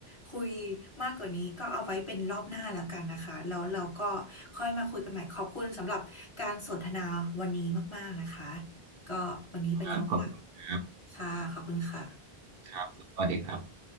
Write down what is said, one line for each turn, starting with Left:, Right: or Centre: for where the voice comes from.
Left: คุยมากกว่านี้ก็เอาไว้เป็นรอบหน้าแล้วกันนะคะแล้วเราก็ค่อยมาคุยกันใหม่ขอบคุณสำหรับการสนทนาวันนี้มากๆนะคะก็วันนี้ไปแล้วค่ะ
Right: ครับขอบคุณครับ
Left: ค่ะขอบคุณค่ะ
Right: ครับสวัสดีครับ